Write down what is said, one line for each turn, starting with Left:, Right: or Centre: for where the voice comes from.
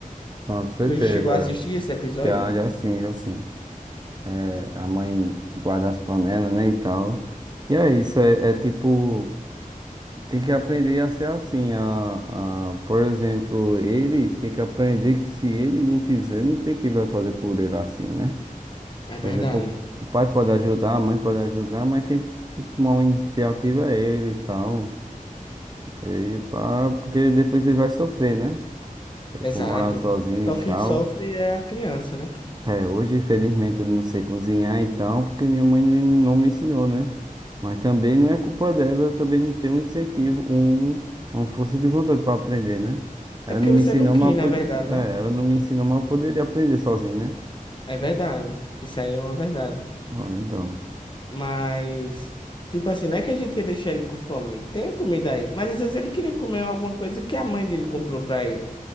Right: com certeza,
Left: Tu chegou a assistir esse episódio?
Right: já, já sim, já sim. É,
Left: Hum,
Right: a mãe guarda as panelas, né, e tal. E é isso, é é tipo. Tem que aprender a ser assim. A, a, por exemplo, ele tem que aprender que se ele não fizer, não tem quem vai fazer por ele assim, né?
Left: é verdade.
Right: Por exemplo, o pai pode ajudar, a mãe pode ajudar, mas quem tem que tomar uma iniciativa é ele e tal. E pá, porque depois ele vai sofrer, né? Ele
Left: Exato.
Right: for morar sozinho
Left: Só
Right: e tchau.
Left: quem sofre é a criança, né?
Right: É, hoje, infelizmente, eu não sei cozinhar, então, porque minha mãe não, me não me ensinou, né? Mas também não é culpa dela, eu também não tenho um incentivo, um, uma força de vontade para aprender, né? Ela
Left: É porque
Right: não me
Left: você
Right: ensinou,
Left: não quis,
Right: mas eu, pod-
Left: na verdade, né?
Right: é, ela não me ensinou, mas eu poderia aprender sozinho, né?
Left: É verdade. Isso aí é uma verdade.
Right: Ah, então.
Left: Mas, tipo assim, não é que a gente ia deixar ele com fome. Tem a comida aí. Mas às vezes ele queria comer alguma coisa que a mãe dele comprou pra ele.